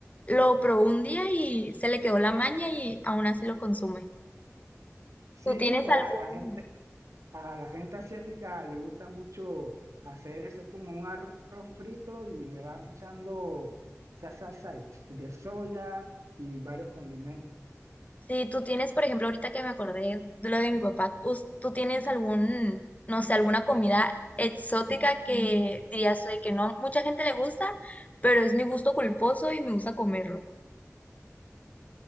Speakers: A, on the left (about 30°); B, on the right (about 70°).
A: lo probó un día y se le quedó la maña y aún así lo consume.
B: Sí,
A: ¿Tú tienes
B: sí, la,
A: algún,
B: la gente, a la gente asiática le gusta mucho hacer eso, es como un arroz frito y le van echando esa salsa de ch- de soya y varios condimentos.
A: sí, tú tienes, por ejemplo, ahorita que me acordé de lo de mi papá, us- tú tienes algún, no sé, alguna comida exótica que dirías, oye, que no, mucha gente le gusta, pero es mi gusto culposo y me gusta comerlo?